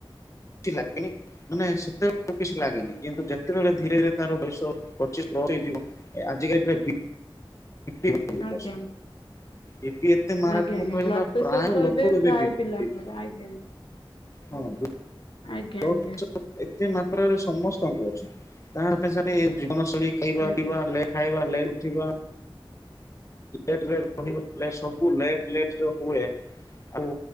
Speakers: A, on the left; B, on the left.
A: ସେମିତି ଲାଗେନି। ମାନେ ସେତେବେ କିଛି ଲାଗେନି। କିନ୍ତୁ ଯେତେବେଳେ ଧୀରେ ଧୀରେ ତାର ବୟସ ପଚିଶ ପିିବ ଆଜିିକାଲି <inaudible>
B: ଆଜ୍ଞା
A: ବିପି ଏତେ ମାରାତ୍ମକ
B: ଆଜ୍ଞା ଆଜ୍ଞା
A: ହେଇଗଲା।
B: ବ୍ଲଡ ପ୍ରେସର
A: ପ୍ରାୟ
B: ତ
A: ଲୋକ ଏବେ
B: ପ୍ରାୟ
A: ବିପି
B: ପିଲାଙ୍କର
A: ବିପି।
B: ଆଜ୍ଞା
A: ହଁ ନ୍ତୁ
B: ଆଜ୍ଞା
A: <inaudible>
B: ଆଜ୍ଞା
A: ଏତେ ମାତ୍ରାରେ ସମସ୍ତଙ୍କୁ ଅଛି ତାତେଶାଳୀ ଜୀବନଶୈଳୀ ଖାଇବା
B: ଆଜ୍ଞା
A: ପିଇବା ଲେ ଖାଇବା ଲେ ଉଠିବା। <inaudible> ସବୁ ଲେଟ-ଲେଟ ଯୋଉଁ ହୁଏ। ଆଉ